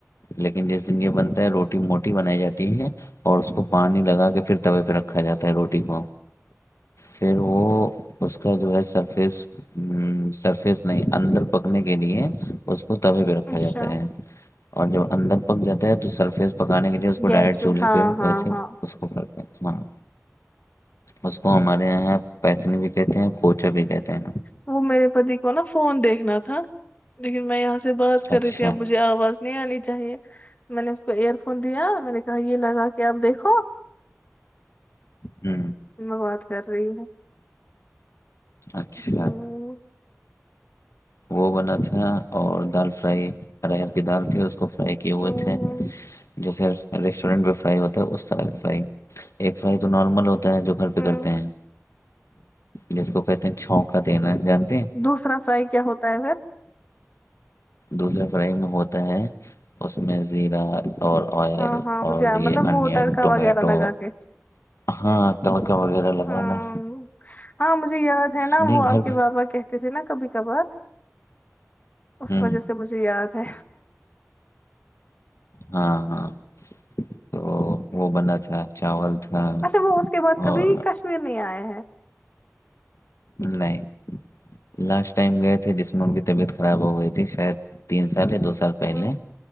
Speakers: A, on the left (about 75°); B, on the left (about 30°).
A: لیکن جس دن یہ بنتا ہے روٹی موٹی بنائی جاتی ہے اور اس کو پانی لگا کے پھر توے پہ رکھا جاتا ہے روٹی کو پھر وہ اس کا جو ہے سرفیس سرفیس نہیں اندر پکنے کے لیے اس کو توے پہ رکھا
B: اچھا
A: جاتا ہے اور جب اندر پک جاتا ہے تو سرفیس پکانے کے لیے اس کو
B: گیس
A: ڈائرٹ چولہے
B: ہاں
A: پہ
B: ہاں
A: ویسے
B: ہاں
A: اس کو کرتے ہیں ہاں اس کو ہمارے یہاں پیتنی بھی کہتے ہیں کوچا بھی کہتے ہیں
B: وہ میرے پتی کو نا فون دیکھنا تھا لیکن میں یہاں سے بات کر
A: اچھا
B: رہی تھی اب مجھے آواز نہیں آنی چاہیے میں نے اس کو ایئر فون دیا میں نے کہا یہ لگا کہ آپ دیکھو
A: جی
B: میں بات کر رہی ہوں
A: اچھا
B: ہوں
A: وہ بنا تھا اور دال فرائی ہرر کی دال تھی اس کو فرائی کیے ہوئے
B: ہوں
A: تھے جیسے ریسٹورینٹ پہ فرائی ہوتا ہے اس طرح کی فرائی ایک فرائی تو نارمل ہوتا ہے جو گھر پہ
B: ہوں
A: کرتے ہیں
B: <inaudible>
A: جس کو کہتے ہیں چھو کا دینا جانتے ہیں
B: دوسرا فرائی کیا ہوتا ہے مھر
A: دوسرے فریم ہوتا ہے اس میں زیرہ اور آئل
B: ہاں ہاں
A: اور
B: مجھے مطلب
A: یہ انین
B: وہ تڑکا
A: ٹومیٹو
B: وغیرہ لگا کے
A: ہاں تڑکا وغیرہ لگانا
B: ہاں ہاں مجھے یاد ہے نا
A: نہیں
B: وہ آپ
A: گھر
B: کے
A: پہ
B: بابا کہتے تھے نا کبھی کبھار اس
A: ہوں
B: وجہ سے مجھے یاد ہے
A: ہاں ہاں تو وہ بنا تھا چاول اچھا
B: وہ اس کے بعد
A: اور
B: کبھی کشمیر نہیں آئے ہیں
A: نہیں لاسٹ ٹائم گئے تھے جس میں ان کی طبیعت خراب ہو گئی تھی شاید تین سال دو سال سال پہلے
B: ہ